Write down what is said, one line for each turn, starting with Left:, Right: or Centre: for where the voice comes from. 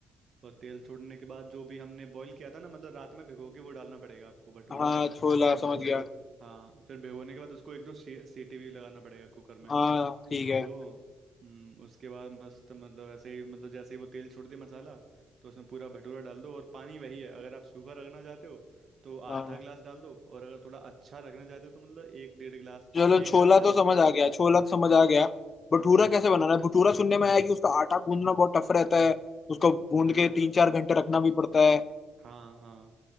Right: और तेल छोड़ने के बाद जो भी हमने बॉईल किया था ना मतलब रात में भिगो के वो डालना पड़ेगा आपको भटूरा
Left: हाँ छोला समझ
Right: और
Left: गया
Right: फिर हाँ फिर भिगोने के बाद उसको एक दो सी- सीटी भी लगाना पड़ेगा कुकर में
Left: हाँ ठीक है
Right: तो हम्म, उसके बाद मस्त मतलब ऐसे ही मतलब जैसे ही वो तेल छोड़ दे मसाला तो उसमें पूरा भटूरा डाल दो और पानी वही है अगर आप सूखा रखना चाहते हो तो
Left: हाँ
Right: आधा गिलास डाल दो और अगर थोड़ा अच्छा रखना चाहते हो तो मतलब एक डेढ़ गिलास
Left: चलो
Right: मतलब एक
Left: छोला
Right: गिलास डाल
Left: तो समझ
Right: दोगे
Left: आ गया छोला तो समझ
Right: हाँ
Left: आ गया भटूरा कैसे बनाना है भटूरा सुनने में आया कि उसका आटा गूंदना बहुत टफ रहता है उसको गूंद
Right: अरे
Left: के
Right: बहुत
Left: तीन चार घंटे रखना भी पड़ता है
Right: हाँ हाँ